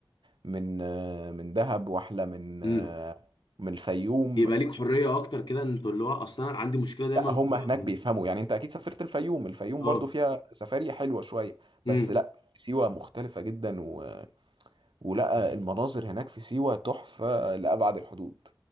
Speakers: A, on the right; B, on the left.
A: من آه، من دهب واحلى من آه،
B: امم
A: من الفيوم
B: يبقى ليك حريه اكتر كده انت اللي هو اصلا أنا عندي مشكله دايما
A: لا هم
B: في-
A: هناك بيفهموا يعني انت اكيد سافرت الفيوم الفيوم
B: اه
A: برضو فيها سفاري حلوة شوية بس
B: امم
A: لا سيوة مختلفة جدا و... ولا المناظر هناك في سيوة تحفة لأبعد الحدود